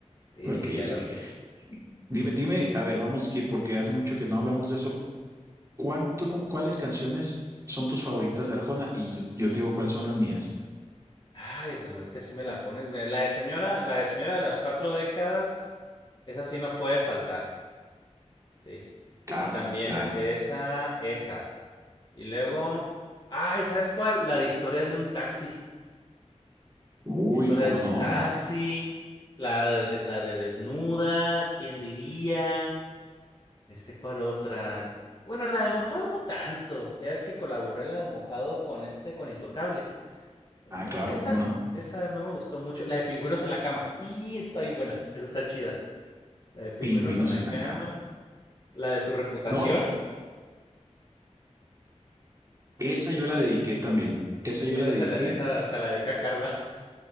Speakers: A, on the left; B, on the right.
A: Sí,
B: Porque
A: sí, ya
B: yo sé
A: lo
B: que...
A: sé.
B: Dime, dime, a ver, vamos, que- porque hace mucho que no hablamos de eso. ¿Cuánto, cuáles canciones son tus favoritas de Arjona? Y yo, yo te digo cuáles son las mías.
A: Ay, pues es que así me la pones. Mira, La de señora, la de señora de las cuatro décadas, esa sí no puede faltar, ¿sí?
B: Claro,
A: Y también
B: claro.
A: esa, esa. Y luego, ay, ¿sabes cuál? La de historia de un taxi.
B: Uy,
A: Historia
B: ¿cómo
A: de
B: no?
A: un taxi, la de, la de desnuda, ¿quién diría? Este, ¿cuál otra? Bueno, la de mojado no tanto. Ya ves que colaboró en la de mojado con este, con Intocable. Mm,
B: Ah,
A: Esa
B: claro, ¿cómo
A: no,
B: no?
A: esa no me gustó mucho. La de pingüinos en la cama. Y está bien buena, esa está chida. La de pingüinos
B: Pingüinos
A: en la
B: en la
A: cama.
B: cara.
A: La de tu reputación.
B: No, esa yo la dediqué también. Esa yo
A: Esa
B: la dediqué.
A: se la, esa se la dedica a Carla.